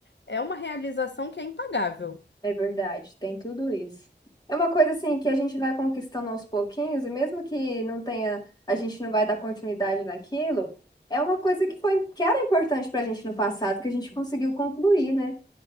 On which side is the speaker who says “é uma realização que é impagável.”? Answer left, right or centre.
Left